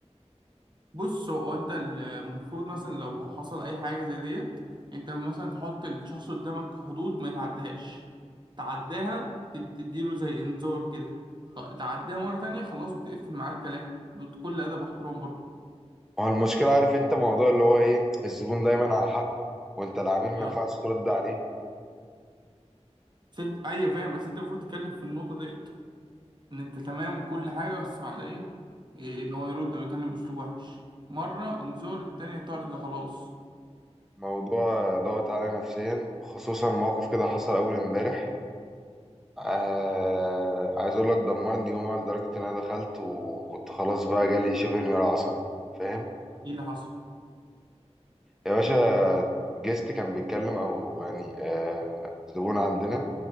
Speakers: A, on the right; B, in the centre.
A: بص هو انت المفروض مثلا لو حصل اي حاجه زي ديت انت مثلا تحط الشخص قدامك حدود ما يتعداش تعداها تد- تديله زي انذار كده خ- تعداها مره تانية خلاص بتقفل معاه الكلام بكل ادب واحترام برضه
B: ما هو المشكله عارف انت موضوع اللي هو ايه الزبون دايما على حق وانت العميل ما
A: اه
B: ينفعش ترد عليه
A: بس انت ايوه فاهم بس انت المفروض تتكلم في النقطه ديت ان انت تمام كل حاجه بس مع ده ايه إيه، ان هو يرد او يتكلم باسلوب وحش مره انذار التانية طرد خلاص
B: موضوع ضغط عليا نفسيا خصوصا موقف كده حصل اول امبارح آه عايز اقول لك دمرني يومها لدرجه ان انا دخلت وكنت خلاص بقى جالي شبه انهيار عصبي فاهم
A: ايه اللي حصل
B: يا باشا جيست كان بيتكلم او يعني آه زبون عندنا